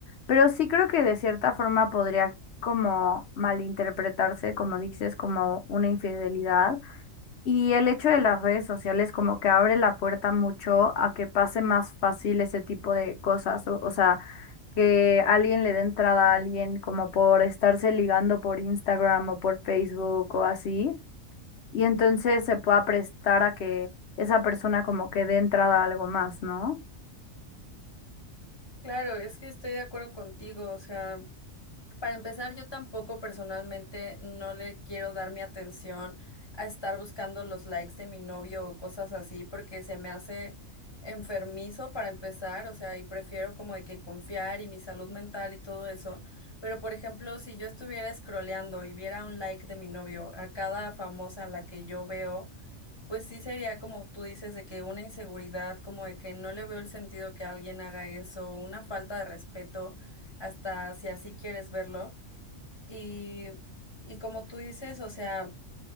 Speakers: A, on the left; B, on the left.
A: pero sí creo que de cierta forma podría como malinterpretarse, como dices, como una infidelidad. Y el hecho de las redes sociales como que abre la puerta mucho a que pase más fácil ese tipo de cosas, o, o sea, que alguien le dé entrada a alguien como por estarse ligando por Instagram o por Facebook o así, y entonces se pueda prestar a que esa persona como que dé entrada a algo más, ¿no?
B: Claro, es que estoy de acuerdo contigo, o sea, para empezar, yo tampoco personalmente no le quiero dar mi atención a estar buscando los likes de mi novio o cosas así porque se me hace enfermizo para empezar, o sea, y prefiero como de que confiar y mi salud mental y todo eso, pero por ejemplo, si yo estuviera scrolleando y viera un like de mi novio a cada famosa a la que yo veo, Pues sí sería como tú dices de que una inseguridad, como de que no le veo el sentido que alguien haga eso, una falta de respeto, hasta si así quieres verlo. Y, y como tú dices, o sea,